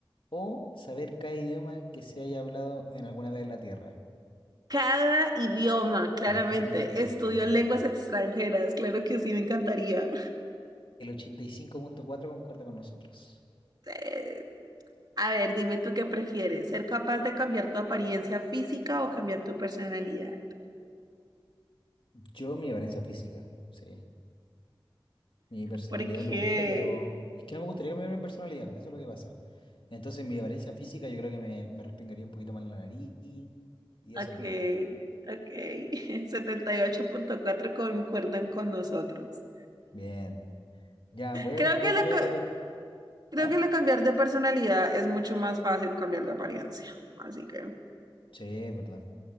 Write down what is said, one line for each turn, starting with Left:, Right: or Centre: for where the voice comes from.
Left: o saber cada idioma que se haya hablado en alguna vez en la Tierra?
Right: Cada idioma, claramente.
Left: Sí,
Right: Estudio
Left: sí,
Right: lenguas
Left: sí.
Right: extranjeras, claro que sí, me encantaría.
Left: El ochenta y cinco punto cuatro concuerda con nosotros.
Right: Eh, a ver, dime tú qué prefieres, ser capaz de cambiar tu apariencia física o cambiar tu personalidad.
Left: Yo, mi apariencia física, sí. Mi personalidad
Right: ¿Por qué?
Left: me gusta, pero es que no me gustaría cambiar mi personalidad, eso es lo que pasa. Entonces, mi apariencia física yo creo que me, me respingaría un poquito más la nariz y
Right: Ok,
Left: eso no.
Right: ok. <laughs> 78.4 concuerdan con nosotros.
Left: Bien, Ya, voy
Right: Creo
Left: a cambiar
Right: que lo,
Left: yo
Right: co-
Left: de categoría.
Right: Creo
Left: ¿Ah?
Right: que el cambiar de personalidad es mucho más fácil que cambiar de apariencia. Así que...
Left: Sí, es verdad.